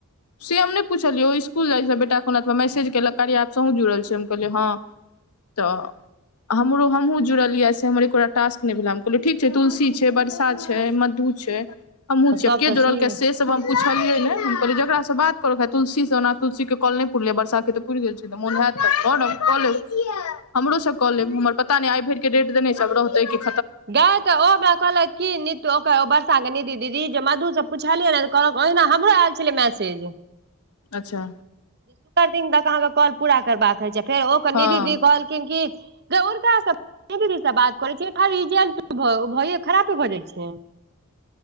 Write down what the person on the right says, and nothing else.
सब
तऽ
छैहे
गै तऽ ओ हमरा कहलैक की नीतू आ ओकर बर्सा के नीदी दीदी जे मधु स पुछलियैन हे त कहल ओहिना हमरो आयल छलै मैसेज
शुकर दिन तक अहाँके कॉल पूरा करबाक होइ छै फेर ओकर
निधि दि कहल खिन कि उनका सब दीदी से बात करै छियै रिजक्ट भ खराबे भऽ जाइ छै